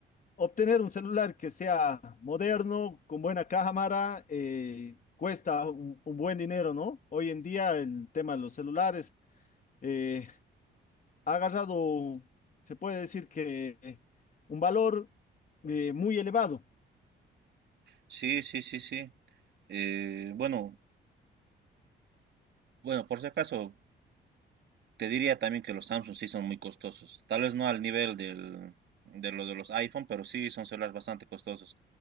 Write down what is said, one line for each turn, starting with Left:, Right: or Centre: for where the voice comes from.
Left: Obtener un celular que sea moderno, con buena cámara, eh, cuesta un, un buen dinero, ¿no? Hoy en día el tema de los celulares eh, ha agarrado, se puede decir que eh, un valor eh, muy elevado.
Right: Sí, sí, sí, sí. Eh, bueno, bueno, por si acaso, te diría también que los Samsung sí son muy costosos. Tal vez no al nivel del, de lo de los iPhone, pero sí son celulares bastante costosos.